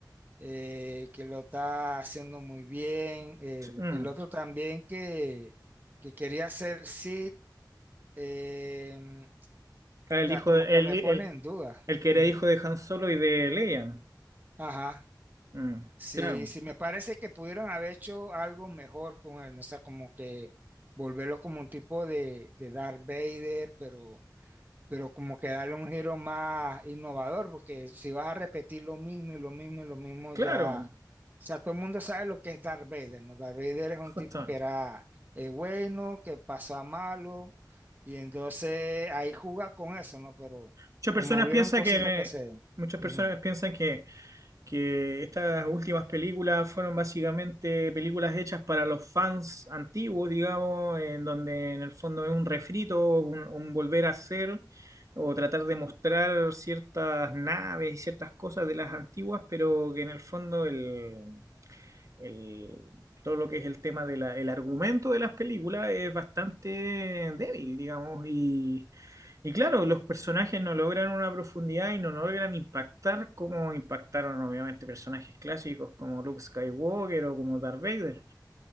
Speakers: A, on the right (about 25°); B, on the right (about 45°).
A: eh, que lo está haciendo muy bien. El,
B: Mm,
A: el otro también que, que quería hacer Sid, eh, o
B: Ah, El
A: sea,
B: hijo
A: como
B: de-
A: que
B: el,
A: me
B: el-
A: pone en duda.
B: el que era
A: Ujú.
B: hijo de Han Solo y de Leia.
A: Ajá.
B: Mm,
A: Sí,
B: claro,
A: sí, me parece que pudieron haber hecho algo mejor con él, ¿no? O sea, como que volverlo como un tipo de, de Darth Vader, pero, pero como que darle un giro más innovador, porque si vas a repetir lo mismo y lo mismo y lo mismo,
B: claro,
A: ya, o sea, todo el mundo sabe lo que es Darth Vader, ¿no? Darth Vader es un
B: justamente.
A: tipo que era eh, bueno, que pasó a malo, y entonces ahí juega con eso, ¿no? Pero
B: Muchas
A: como
B: personas
A: hubieron
B: piensan
A: cositas
B: que
A: que se...
B: muchas
A: Ujú.
B: personas piensan que que estas últimas películas fueron básicamente películas hechas para los fans antiguos, digamos, en donde en el fondo es un refrito, un, un volver a hacer o tratar de mostrar ciertas naves y ciertas cosas de las antiguas, pero que en el fondo el, el- todo lo que es el tema del argumento de las películas es bastante débil, digamos, y y claro, los personajes no logran una profundidad y no logran impactar como impactaron obviamente personajes clásicos como Luke Skywalker o como Darth Vader.